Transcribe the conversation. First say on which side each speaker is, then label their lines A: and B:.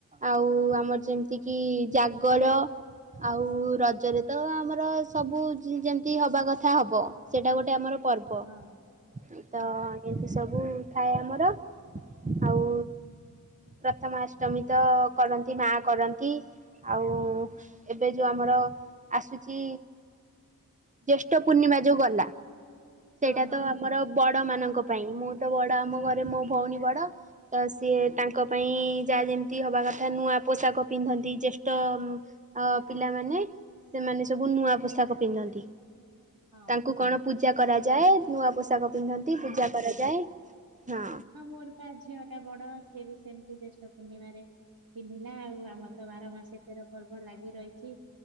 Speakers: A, on the right; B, on the right.
A: ଆଉ ଆମର ଯେମିତି କିି ଜାଗର। ଆଉ ରଜରେ ତ ଆମର ସବୁ ଯେମିତି ହବା କଥା ହବ ସେଇଟା ଗୋଟେ ଆମର ପର୍ବ
B: ହଁ
A: ତ
B: ହଁ
A: ଏମିତି ସବୁ ଥାଏ ଆମର। ଆଉ ପ୍ରଥମା ଅଷ୍ଟମୀ ତ କରନ୍ତି ମା କରନ୍ତି। ଆଉ ଏବେ ଯୋଉଁ ଆମର ଆସୁଚି। ଜ୍ୟେଷ୍ଠ ପୂର୍ଣ୍ଣିମା ଯୋଉ ଗଲା।
B: ହଁ
A: ସେଇଟା
B: ହଁ
A: ତ ଆମର
B: ହଁ
A: ବଡ ମାନଙ୍କ ପାଇଁ ମୁଁ ତ ବଡ ଆମ ଘରେ ମୋ ଭଉଣୀ ବଡ। ତ ସିଏ ତାଙ୍କ ପାଇଁ ଯାହା ଯେମିତି ହବା କଥା ନୂଆ ପୋଷାକ ପିନ୍ଧନ୍ତି ଜ୍ୟେଷ୍ଠ। ଅ ପିଲାମାନେ ସେମାନେ ସବୁ ନୂଆ ପୋଷାକ ପିନ୍ଧନ୍ତି।
B: ହଁ
A: ତାଙ୍କୁ କଣ ପୂଜା କରାଯାଏ ନୂଆ ପୋଷାକ ପିନ୍ଧନ୍ତି
B: ହଁ
A: ପୂଜା
B: ହଁ।
A: କରାଯାଏ ହଁ।
B: ମୋର ବା ଝିଅ ଟା ବଡ ସିଏ ବି ସେମିତି ଜ୍ୟେଷ୍ଟ ପୂର୍ଣ୍ଣିମାରେ ପିନ୍ଧିଲା ଆଉ ଆ ଆମ ର ତ ବାର ମାସ ଏ ତେର ପର୍ବ ଲାଗି ରହିଛି